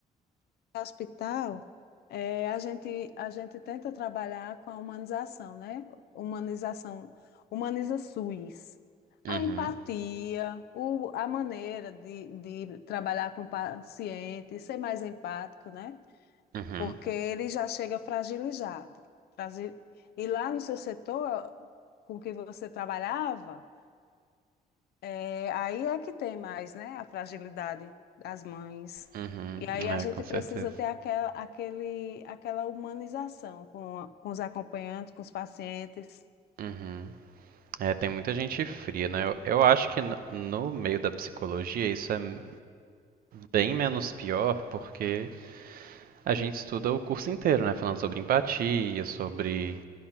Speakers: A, on the left; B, on the right.
A: hospital, eh, a gente, a gente tenta trabalhar com a humanização, né? Humanização, humaniza SUS.
B: Uhum.
A: A empatia, o, a maneira de, de trabalhar com o paciente, ser mais empático, né?
B: Uhum,
A: Porque ele já chega fragilizado. Frasi- E lá no seu setor com que você trabalhava, é, aí é que tem mais, né? A fragilidade das mães.
B: uhum,
A: E aí a
B: é,
A: gente
B: com certeza.
A: precisa ter aquela, aquele, aquela humanização com, a- com os acompanhantes, com os pacientes.
B: Uhum. É, tem muita gente fria, né? Eu, eu acho que no, no meio da psicologia isso é m- bem menos pior, porque a gente estuda o curso inteiro, né? Falando sobre empatia, sobre